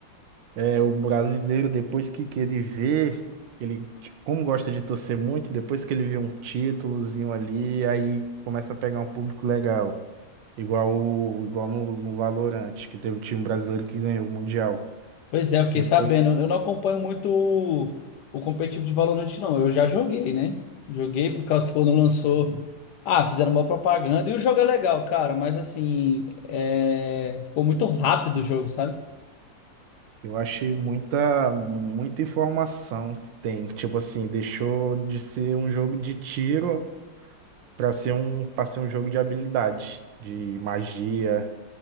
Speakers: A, on the right; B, on the left.
A: É, o brasileiro, depois que, que ele vê, ele, como gosta de torcer muito, depois que ele vê um títulozinho ali, aí começa a pegar um público legal. Igual, o- igual no, no Valorant, que teve um time brasileiro que ganhou o Mundial.
B: Pois é, eu fiquei
A: Depois,
B: sabendo. Eu não acompanho muito o, o competitivo de Valorant, não. Eu já joguei, né? Joguei por causa que quando lançou. Ah, fizeram uma propaganda. E o jogo é legal, cara, mas assim. é, Ficou muito rápido o jogo, sabe?
A: eu achei muita, muita informação que tem. Tipo assim, deixou de ser um jogo de tiro para ser um, para ser um jogo de habilidade, de magia.